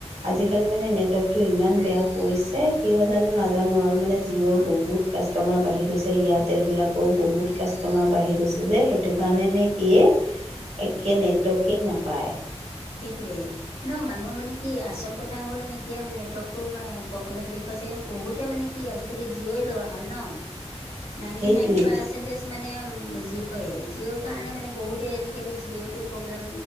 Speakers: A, on the right; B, on the left.
A: আজিকালি মানে নেটৱৰ্কটো ইমান বেয়া কৰিছে, কিয় জানো নাজানো আৰু মানে জিঅ'ৰ বহুত কাষ্ট কাষ্টমাৰ বাঢ়ি গৈছে, এয়াৰটেল বিলাকো বহুত কাষ্টমাৰ বাঢ়ি গৈছ যে সেইটো কাৰণে নে কি এ, একে নেটৱৰ্কেই নাপায়।
B: সেইটোৱে। ন মানুহৰ মানে কি আচল কথা হ'ল মানে এতিয়া নেটৱৰ্কটো প্ৰব্লেম দেখুৱাইছে বহুতেই মানে কি আজিকালি জিঅ'ই লোৱা হ'ল ন।
A: <inaudible>
B: নাইণ্টি
A: সেইটোৱেই
B: নাইন পাৰ্চেন্ট টেষ্ট মানে জিঅ'য়ে, জিঅ'ৰ কাৰণে মানে বহুতেই আজিকালি জিঅ'টো প্ৰব্লেম